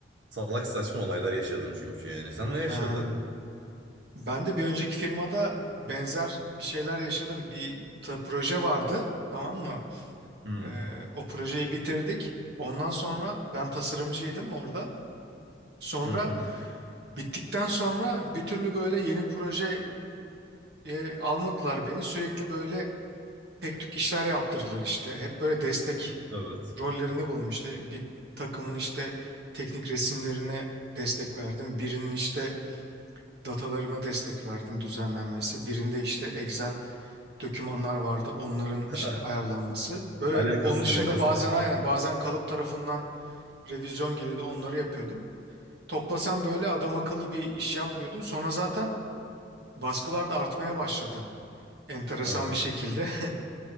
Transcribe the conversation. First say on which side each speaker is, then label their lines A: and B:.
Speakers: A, on the right; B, on the right.
A: salak saçma olaylar yaşadım çünkü yani. Sen
B: Ha.
A: ne yaşadın?
B: Ben de bir önceki firmada benzer bir şeyler yaşadım. Bir ta- proje vardı, tamam mı?
A: Hmm.
B: Ee, o projeyi bitirdik. Ondan sonra ben tasarımcıydım orada. Sonra
A: Hı hı.
B: bittikten sonra bir türlü böyle yeni proje e, almadılar beni. Sürekli böyle tek tük işler yaptırdılar işte. Hep böyle destek
A: Evet.
B: rollerinde bulundum. İşte bir takımın işte teknik resimlerine destek verdim. Birinin işte datalarına destek verdim düzenlenmesi. Birinde işte Excel dokümanlar vardı. Onların
A: <laughs>
B: işte ayarlanması. Böyle
A: Alakasız
B: onun dışında
A: alakasız
B: bazen
A: işler.
B: aynen bazen kalıp tarafından revizyon geliyordu. Onları yapıyordum. Toplasam böyle adam akıllı bir iş yapmıyordum. Sonra zaten baskılar da artmaya başladı. Enteresan
A: Evet.
B: bir şekilde. <laughs>